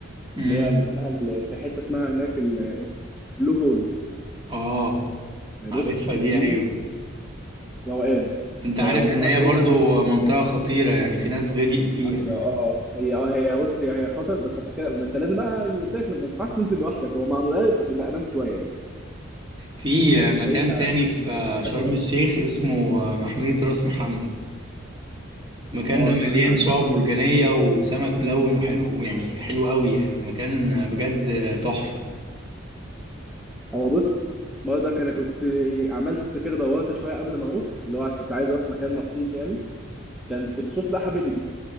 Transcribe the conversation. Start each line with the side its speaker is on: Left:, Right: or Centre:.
Right: امم
Centre: اللي هي اللي اسمها ال- في حته اسمها هناك البلو هول
Right: اه
Centre: يعني
Right: عارفها
Centre: بص
Right: دي
Centre: دي
Right: ايوه
Centre: روقان
Right: انت عارف
Centre: يعني عمقها
Right: ان هي
Centre: تقريبا
Right: برضو منطقة خطيرة يعني في ناس غرقت فيها
Centre: هي
Right: يعني
Centre: اه هي اه هي بص هي هي خطر بس عشان كده ما انت لازم بقى يعني قلت لك ما ينفعش تنزل لوحدك هو مع مدرب فبتبقى امان شويه يعني
Right: في
Centre: بس
Right: مكان
Centre: هي
Right: تاني في
Centre: مكان
Right: شرم
Centre: حلو قوي
Right: الشيخ اسمه محمية راس محمد المكان
Centre: اه
Right: ده مليان
Centre: سمعت عنها
Right: شعاب مرجانية وسمك ملون وحلو يعني حلو قوي يعني مكان بجد تحفة
Centre: هو بص برضك انا كنت عملت كده دورت شويه قبل ما اروح اللي هو عشان كنت عايز اروح مكان مخصوص يعني كان كنت شفت بقى حبه